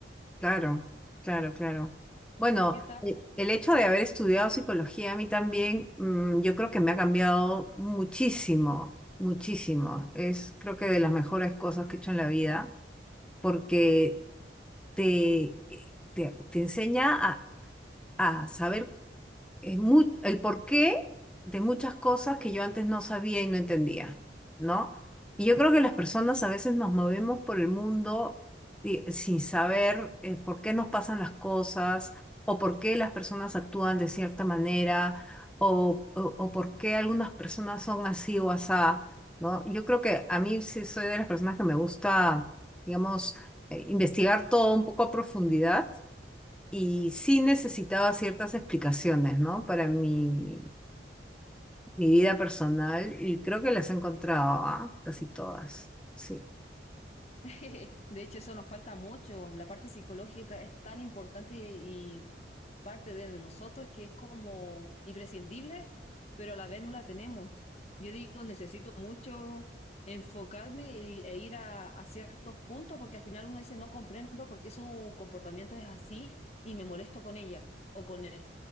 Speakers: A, in the centre; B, on the left (about 35°).
A: Claro, claro, claro. Bueno,
B: ¿Qué tal?
A: e- el hecho de haber estudiado psicología a mí también, mm, yo creo que me ha cambiado muchísimo, muchísimo. Es creo que de las mejores cosas que he hecho en la vida, porque te, eh, te, te enseña a, a saber eh, mu- el porqué de muchas cosas que yo antes no sabía y no entendía, ¿no? Y yo creo que las personas a veces nos movemos por el mundo di- sin saber eh, por qué nos pasan las cosas o por qué las personas actúan de cierta manera o, o, o por qué algunas personas son así o asá, ¿no? Yo creo que a mí sí soy de las personas que me gusta, digamos, eh, investigar todo un poco a profundidad y sí necesitaba ciertas explicaciones, ¿no? Para mi, mi vida personal y creo que las he encontrado, ¿ah? Casi todas. Sí.
B: <laughs> De hecho, eso nos falta mucho. La parte psicológica es tan importante y y parte de nosotros que es como imprescindible, pero a la vez no la tenemos. Yo digo, necesito mucho enfocarme y- e ir a, a ciertos puntos porque al final uno dice, no comprendo por qué su comportamiento es así y me molesto con ella o con él.